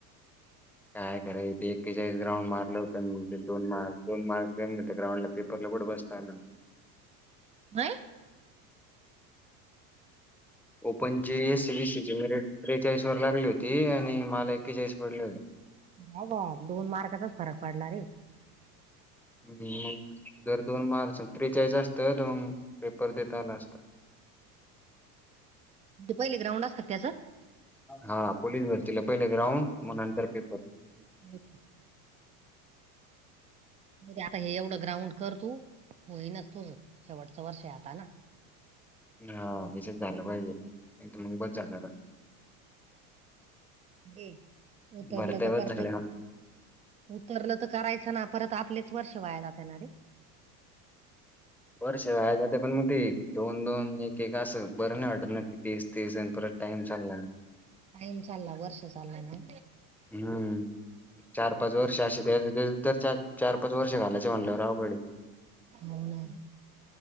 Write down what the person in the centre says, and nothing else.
काय कराय ते एकेचाळीस ग्राउंड मारलं होतं मी ते दोन मार्क दोन मार्क ग्राउंडला पेपरला कुठं बसता आलं.
ओपन चे सि <unintelligible> जी रिमिट त्रेचाळीस वर लागली होती. आणि मला एकेचाळीस पडली होते.
ह् मगं दोन मार्क त्रेचाळीस असतं तर मग पेपर देता आला असत.
हा पोलीस भरतीला पहिले ग्राउंड मगं नंतर पेपर.
हा... यांच्यात झालं पाहिजे मग बस झालं आता
भरत्या
बस
झाल्या
वर्ष वाया जातात पण मगं ते दोन दोन एक एक असं बरं नाही वाटत ना तेचं तेचं आणि परत टाइम चालला.
हम्म, चार पाच वर्ष अशे.. त्याचं त्यात त्याचं चार -पाच वर्ष घालायचे म्हणल्यावर अवघड हे...